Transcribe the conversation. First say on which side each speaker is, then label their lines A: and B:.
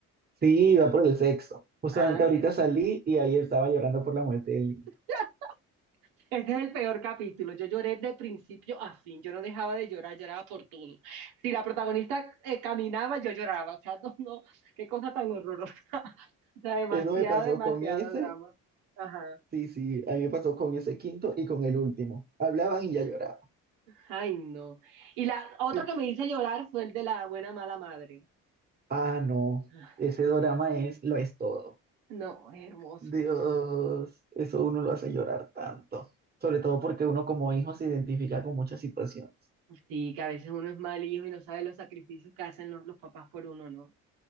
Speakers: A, on the right; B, on the right.
A: Sí, va por el sexo. Justamente
B: Ah, ok.
A: ahorita salí y ahí estaba llorando por la muerte del niño.
B: <laughs> Ese es el peor capítulo. Yo lloré de principio a fin. Yo no dejaba de llorar, lloraba por todo. Si la protagonista eh, caminaba, yo lloraba. O sea, no, no, qué cosa tan horrorosa. <laughs> O sea, demasiado,
A: Eso me pasó
B: demasiado
A: con ese,
B: drama. Ajá.
A: sí, sí, a mí me pasó con ese quinto y con el último. Hablaban y ya lloraba.
B: Ay, no. Y la otro
A: Sí.
B: que me hizo llorar fue el de la buena mala madre.
A: Ah, no,
B: <laughs>
A: ese drama es, lo es todo.
B: No, es hermoso.
A: Dios, eso uno lo hace llorar tanto, sobre todo porque uno como hijo se identifica con muchas situaciones
B: Sí, que a veces uno es mal hijo y no sabe los sacrificios que hacen los, los papás por uno, ¿no?